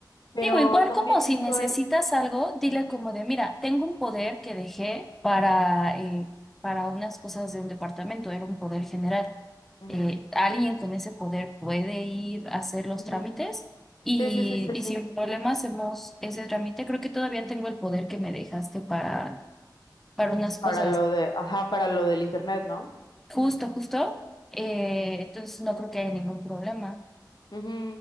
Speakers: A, on the left; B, in the centre.
A: pero
B: Digo, igual
A: también
B: como si
A: estoy,
B: necesitas algo, dile como de, mira, tengo un poder que dejé para, eh, para unas cosas de un departamento, era un poder general.
A: ujú,
B: Eh, alguien con ese poder puede ir a hacer los
A: ujú.
B: trámites y,
A: Sí, sí, sí, sí,
B: y
A: sí.
B: sin problemas hacemos ese trámite. Creo que todavía tengo el poder que me dejaste para, para unas cosas.
A: Para lo de, ajá, para lo del internet, ¿no?
B: Justo, justo. Eh, entonces no creo que haya ningún problema.
A: Ujú,